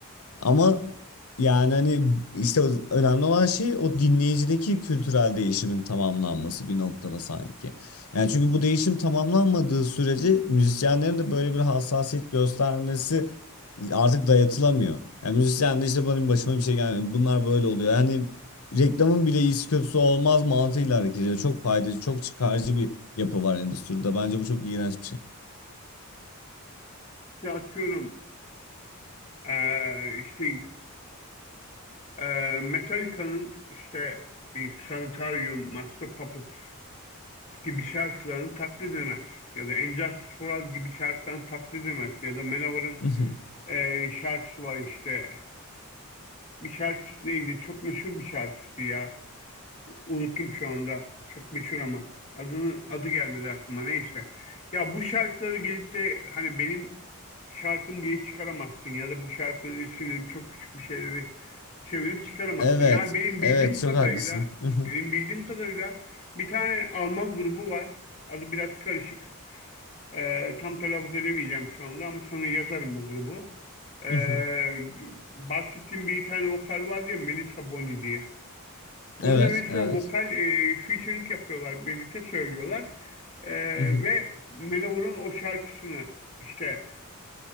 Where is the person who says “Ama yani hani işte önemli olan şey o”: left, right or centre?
Left